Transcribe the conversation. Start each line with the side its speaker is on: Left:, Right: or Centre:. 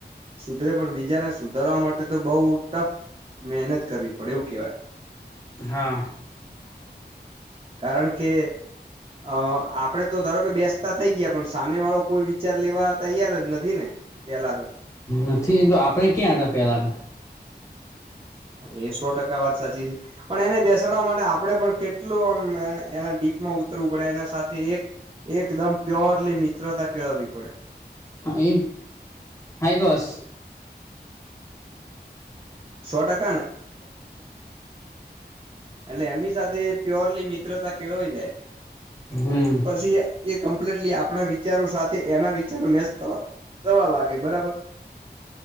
Right: સુધરે પણ બીજાને સુધારવા માટે તો બહુ ટફ મહેનત કરવી પડે એવું કેહેવાય.
Left: હા.
Right: કારણ કે અ આપડે તો ધારો કે બેસતા થઈ. ગયા પણ સામે વાળો કોઈ વિચાર લેવા તૈયાર જ નથી ને પેલા તો.
Left: નથી એ તો આપડે ક્યાં હતા પેલા તો.
Right: એ સો ટકા વાત સાચી છે પણ એને બેસાડવા માટે આપડે પણ કેટલું આમ એના ડીપમાં ઉતરવું પડે એના સાથે એક એકદમ પ્યોરલી મિત્રતા કેળવવી પડે.
Left: હા એ હાાઈ દસ
Right: સો ટકાને. એટલે એમની સાથે પ્યોરલી મિત્રતા કેળઈ જાય.
Left: હમ
Right: પછી એ કમ્પ્લીટલી આપણા વિચારો સાથે. એના વિચાર મેસ થ થવા લાગે બરાબર.